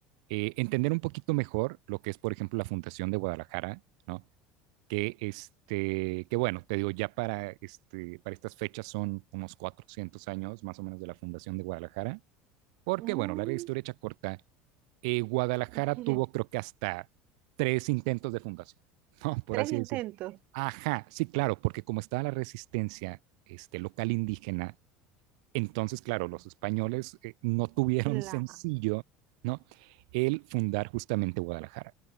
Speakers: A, on the right (about 70°); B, on the right (about 40°).
A: eh, entender un poquito mejor lo que es, por ejemplo, la Fundación de Guadalajara, ¿no? que, este, que bueno, te digo, ya para, este, para estas fechas son unos 400 años más o menos de la fundación de Guadalajara, porque
B: Mm,
A: bueno, larga historia hecha corta, eh, Guadalajara
B: <laughs>
A: tuvo creo que hasta tres intentos de fundación, <laughs> ¿no? Por
B: Tres
A: así
B: intentos.
A: decir. Ajá, sí, claro, porque como estaba la resistencia este, local indígena, entonces, claro, los españoles eh, no tuvieron
B: Claro.
A: <laughs> sencillo, ¿no? El fundar justamente Guadalajara,